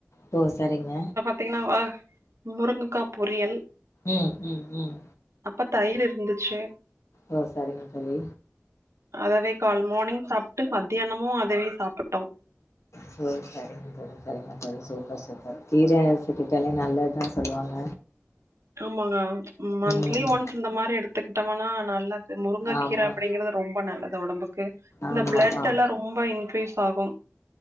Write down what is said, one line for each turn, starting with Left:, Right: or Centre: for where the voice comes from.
Left: தோ சரிங்க
Right: பாத்தீங்கனா ஓ முருங்கக்கா பொரியல்
Left: ம் ம் ம்
Right: அப்ப தயிர் இருந்துச்சு
Left: ஓ சரிங்க தோழி
Right: அதவே கால் மானிங் சாப்ட்டு மத்தியானமு அதவே சாப்புட்டோ
Left: சரி சரி சரி சரிங்க தோழி சூப்பர் சூப்பர் கீர <unintelligible> நல்லத்தா சொல்லுவாங்க
Right: ஆமாங்க மந்த்லி
Left: ம்
Right: ஒன்ஸ் இந்த மாரி எடுத்துக்ட்டம்னா நல்லது முருங்கக்கீர
Left: ஆமா
Right: அப்டிங்கறது ரொம்ப நல்லது ஒடம்புக்கு இந்த
Left: ஆமா
Right: பிளட்
Left: ஆ
Right: எல்லா ரொம்போ இன்கிரீஸ் ஆகும்